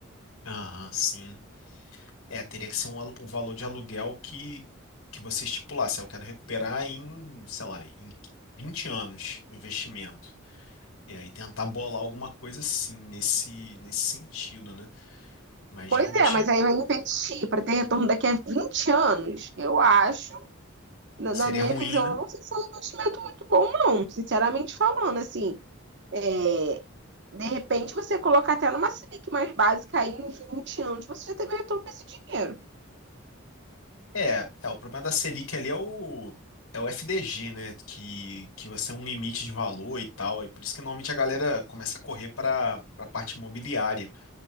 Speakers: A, on the left (about 80°); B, on the right (about 55°).
A: Aham, sim. É, teria que ser um, alu- um valor de aluguel que, que você estipulasse. "Ah, Eu quero recuperar em, sei lá, em 20 anos o investimento. E aí tentar bolar alguma coisa assim, nesse, nesse sentido, né? Mas
B: Pois
A: realmente
B: é, mas aí vai investir para ter retorno daqui a 20 anos. Eu acho, na,
A: seria
B: na minha
A: ruim,
B: visão,
A: né?
B: eu não sei se é um investimento muito bom, não. Sinceramente falando, assim, é, de repente você colocar até numa Selic mais básica aí em 20 anos, você já teve retorno desse dinheiro.
A: É, é, o problema da Selic ali é o, é o FDG, né? Que, que você é um limite de valor e tal. E por isso que normalmente a galera começa a correr para a parte imobiliária.